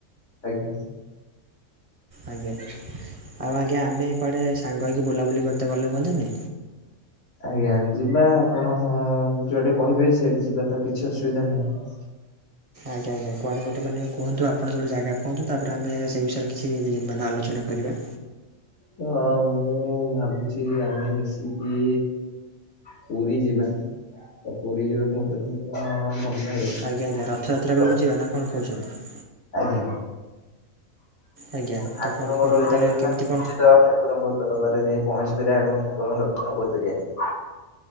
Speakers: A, on the left; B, on the right.
A: ଆଜ୍ଞା।
B: ଆଜ୍ଞା ଆଉ ଆଜ୍ଞା ଆମେ କୁଆଡ଼େ ସାଙ୍ଗ ହୋଇଇକି ବୁଲାବୁଲି କରିତେ ଗଲେ ହୁଅନ୍ତନି?
A: ଆଜ୍ଞା ଯିବା ଆପଣ ହଁ ଯୁଆଡେ କହିବେ ସିଆଡେ ଯିବା ତ କିଛି ଅସୁବିଧା ନାହିଁ।
B: ଆଜ୍ଞା ଆଜ୍ଞା କୁଆଡ଼େ ଗୋଟେ ମାନେ କୁହନ୍ତୁ ଆପଣ ଗୋଟେ ଜାଗା କୁହନ୍ତୁ ତାପରେ ଆମେ ସେ ବିୟରେ କିଛି ମାନେ ଆଲୋଚନା କରିବା।
A: ହଁ ମୁଁ ଭାବୁଛି ଆମେ ମିଶିକି। ପୁରୀ ଯିବା ତ ପୁରୀ ଯିବାକୁମ ତୁମକୁ କଣ ଭଲ ଲାଗେ
B: ଆଜ୍ଞା ଆଜ୍ଞା
A: ଭୁଲିବାକୁ?
B: ରଥଯାତ୍ରା ବେଳକୁ ଯିବା ନା କଣ କହୁଛନ୍ତି?
A: ଆଜ୍ଞା
B: ଆଜ୍ଞା
A: ଠାକୁରଙ୍କ
B: ତ କ'ଣ କରିବା
A: ଲାଗିଲ
B: ତା'ହେଲେ
A: ନିଶ୍ଚିତ
B: କେମିତି କ'ଣ
A: ଭାବରେ ଠାକୁ ଠାକୁରଙ୍କ ଦରବାରରେ ଯାଇ ପହଞ୍ଚି ପାରିବା ଏବଂ ଠାକୁରଙ୍କୁ ଦର୍ଶନ କରିପାରିବା।